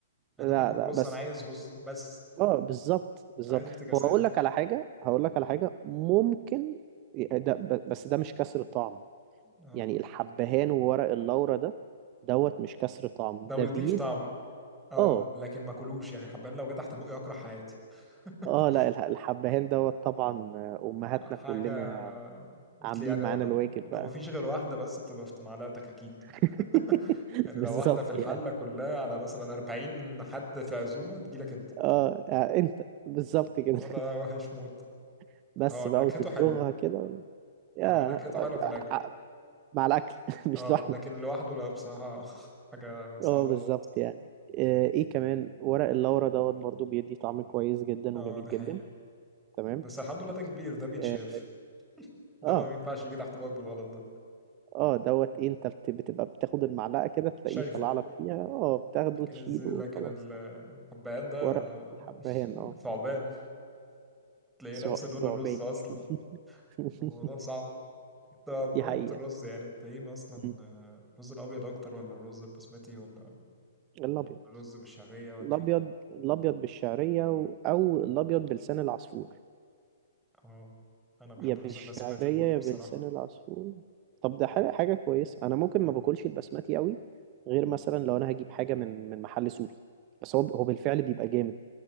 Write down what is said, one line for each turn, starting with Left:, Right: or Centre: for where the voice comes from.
Centre: انا
Right: لا
Centre: باكل
Right: لا
Centre: رز
Right: بس
Centre: انا عايز رز بس
Right: اه بالظبط بالظبط
Centre: مش عايز افتكاسات
Right: هو اقول لك على حاجه هقول لك على حاجه ممكن ده ب- بس ده مش كسر طعم
Centre: اه
Right: يعني الحبهان وورق اللورا ده دوت مش كسر طعم
Centre: ده
Right: ده
Centre: بيضيف
Right: بيد
Centre: طعم اه
Right: اه
Centre: لكن ما كلوش يعني حبان لو جه تحت بقي اكره حياتي <laughs>
Right: اه لا الح- الحبهان دوت طبعا آه، امهاتنا
Centre: آه، حاجه
Right: كلنا
Centre: قلت
Right: عاملين
Centre: لي يعني
Right: معانا
Centre: هو لو
Right: الواجب
Centre: لو
Right: بقى
Centre: ما فيش غير واحده بس بتبقى في معلقتك اكيد
Right: <laughs>
Centre: <laughs> يعني
Right: بالظبط
Centre: لو واحده في الحله
Right: يعني
Centre: كلها على مثلا 40 حد في عزومه تجيلك انت
Right: اه آه، انت بالظبط
Centre: الموضوع
Right: كده
Centre: ده وحش موت
Right: <laughs> بس
Centre: هو نكهته
Right: بقى وتبدغها
Centre: حلوه
Right: كده يا
Centre: يعني هو نكهته حلوه في الاكل
Right: آه، مع الاكل <laughs> مش
Centre: اه
Right: لوحده
Centre: لكن لوحده لا بصراحة <laughs> حاجة صعبة
Right: اه بالظبط
Centre: موت
Right: يعني آه، ايه كمان ورق اللورا دوت برضو بيدي طعم كويس جدا
Centre: اه
Right: وجميل
Centre: دي
Right: جدا
Centre: حقيقة
Right: تمام
Centre: بس الحمد لله ده كبير ده بيتشاف
Right: اه
Centre: ده
Right: اه
Centre: ما بينفعش يجي تحت باك بالغلط ده
Right: آه، دوت إيه انت بت- بتبقى بتاخد المعلقة كده تلاقيه
Centre: شايفه
Right: طلع لك فيها اه بتاخده
Centre: لكن
Right: تشيله
Centre: الزي لكن
Right: خلاص
Centre: الحبهان ده
Right: ورق الحبهان
Centre: <laughs>
Right: اه
Centre: ثعبان تلاقيه
Right: ثع-
Centre: نفس لون
Right: ثعبان
Centre: الرز اصلا
Right: <laughs>
Centre: الموضوع صعب انت بمناسبة
Right: دي حقيقة
Centre: الرز يعني انت ايه اصلا
Right: مم.
Centre: الرز الابيض اكتر ولا الرز البسمتي ولا
Right: الأبيض
Centre: الرز بالشعرية ولا
Right: الأبيض
Centre: ايه
Right: الأبيض بالشعرية و- أو الأبيض بلسان العصفور
Centre: اه انا بحب
Right: يا بالشعرية
Centre: الرز البسمتي موت
Right: يا
Centre: بصراحة
Right: بلسان العصفور طب ده حاجة حاجة كويسة أنا ممكن
Centre: يا-
Right: ما باكلش البسمتي قوي غير مثلا لو أنا هجيب حاجة من من محل سوري بس هو هو بالفعل بيبقى جامد